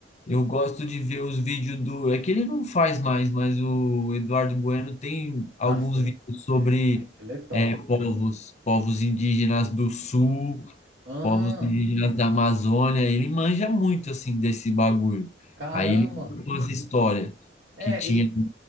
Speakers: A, on the left (about 40°); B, on the right (about 80°).
A: eu gosto de ver os vídeos do. É que ele não faz mais, mas o Eduardo Bueno tem alguns
B: Nossa,
A: vídeos sobre
B: ele é top.
A: é, povos, povos indígenas do sul.
B: Ah,
A: povos indígenas da Amazônia, ele manja muito assim desse bagulho.
B: caramba.
A: Aí ele contou as histórias
B: É,
A: que tinha
B: e.